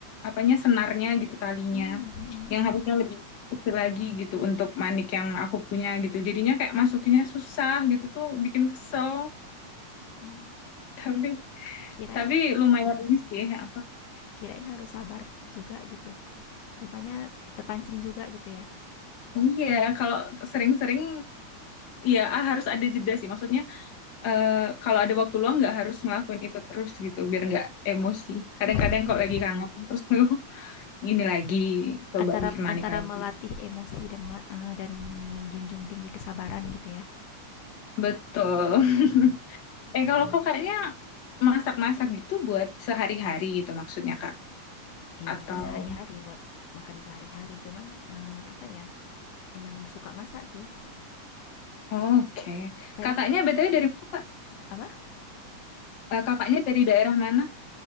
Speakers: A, on the left (about 40°); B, on the left (about 80°).
A: apanya senarnya gitu talinya,
B: Mmm, mhm mhm.
A: yang harusnya
B: <laughs>
A: lebih kecil lagi gitu untuk manik yang aku punya gitu. Jadinya kayak masukinnya susah gitu tuh bikin kesel.
B: Oh,
A: <laughs> Tapi
B: kirain
A: tapi lumayan ini sih. eh, apa-
B: kirain harus sabar juga gitu. Rupanya terpancing juga gitu ya?
A: Iya, kalau sering-sering ya ah, harus ada jeda sih. Maksudnya eh, kalau ada waktu luang nggak harus ngelakuin itu terus gitu, biar nggak emosi. Kadang-kadang
B: <laughs>
A: kalau lagi kangen terus <laughs> ini lagi coba
B: Antara
A: bikin manik
B: antara
A: lagi.
B: melatih emosi dan mela eee, dan menjunjung tinggi kesabaran gitu ya?
A: Betul. <laughs> Eh, kalau kok kayaknya masak-masak gitu buat sehari-hari gitu maksudnya, Kak.
B: Iya
A: Atau
B: buat sehari-hari, buat makan sehari-hari. Cuman, eee, apa ya, emang suka masak sih.
A: oke.
B: Kadang
A: Kakaknya BTW dari mana, Kak?
B: apa?
A: Eh, kakaknya dari daerah mana?